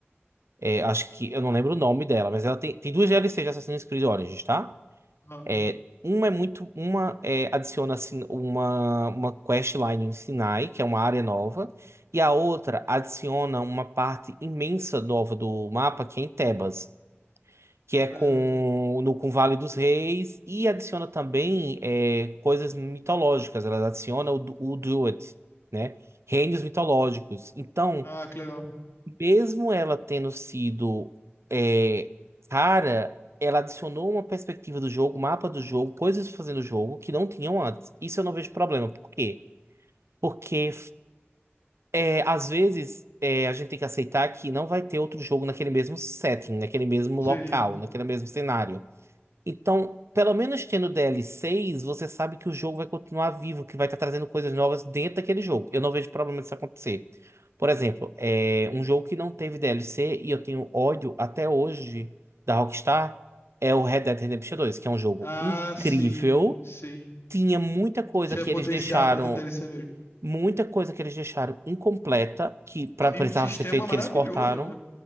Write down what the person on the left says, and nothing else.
Aham,
maneiro.
Ah, que legal.
Sim.
Ah,
sim, sim.
Tinha
potencial
pra ter DLC mesmo.
Não, e
um sistema
maravilhoso,
né?